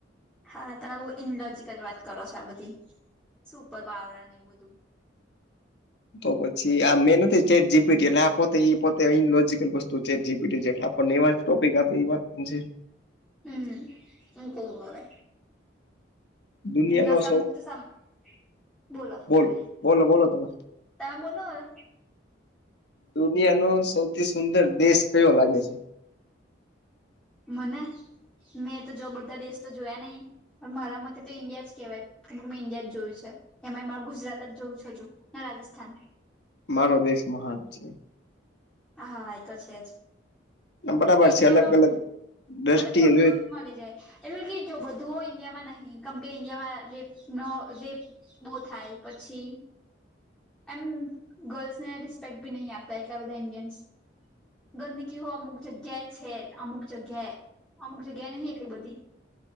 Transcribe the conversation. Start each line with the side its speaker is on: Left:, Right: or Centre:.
Centre: હા તમે બહુ ઇનલોજકલ વાત કરો છો આ બધી સુપર પાવર એવું બધું.
Left: તો પછી આ મેં નથી ચેટ જીબીટી એટલે આ પોતે પોતે ઈલોજકલ વસ્તુ ચેટ જીીટી. પણ એવા ટોપિક આપે, એ વાત પણ છે.
Centre: હમ, હ, હ, કવ હવે.
Left: દુનિયાનો
Centre: ના સા
Left: સૌ
Centre: મુક્ તો સા <unintelligible> બોલો, તમે
Left: બોલ બોલો બોલો તમે
Centre: ત્યાં બોલો? હવે.
Left: દુનિયા નો સૌથી સુંદર દેશ કયો લાગે છે?
Centre: મને મેં તો, જો બધા દેશ તો જોયા નહી. મારા મતે તો ઇન્ડિયા જ કેહેવાય, કેમ કે મેં ઈન્ડિયા જ જોયું છે. એમાં મારું ગુજરાત જ જોવું છું, હજું ને રાજસ્થાન.
Left: મારો દેશ મહાન છે.
Centre: હા, એ તો છે જ.
Left: બરાબર
Centre: તો ઇન્ડિયામાં
Left: છે અલગ અલગ દ્રષ્ટિએ
Centre: મતલબ કે, બધું
Left: જોઈ
Centre: જ મળી જાય. એટલે કે, જો બધું ઇન્ડિયામાં નહીં, કેમ કે ઇન્ડિયામાં રેપ ન રેપ. બો થાય, પછી એમ ગર્લ્સને રિસ્પેક્ટ ભી નહી આપતા, એટલા બધા ઇન્ડિયન્સ. ગંદકી હો અમુક જગ્યા છે, અમુક જગ્યાએ, અમુક જગ્યા નહિ, એટલી બધી.